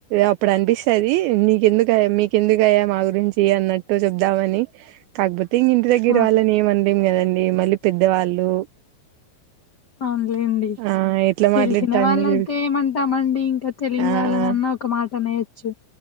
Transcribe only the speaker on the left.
ఆ ఆ!
అవునులేండి
తెలిసిన
వాళ్ళ
అయితే ఏమంటామండి ఇంకా తెలియని
వాళ్ళనన్నా
ఒక మాట ట్టనేచ్చు